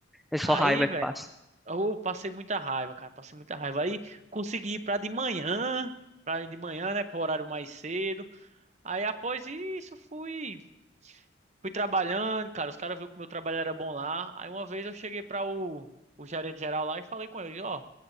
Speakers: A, in the centre; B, on the right.
A: É só
B: Aí,
A: raiva
B: velho.
A: que passa.
B: Eu passei muita raiva, cara, passei muita raiva. Aí consegui ir pra de manhã, pra ir de manhã, né, pro horário mais cedo. Aí após isso fui fui trabalhando, cara, os caras viram que o meu trabalho era bom lá. Aí uma vez eu cheguei pra o, o gerente geral lá e falei com ele, ó,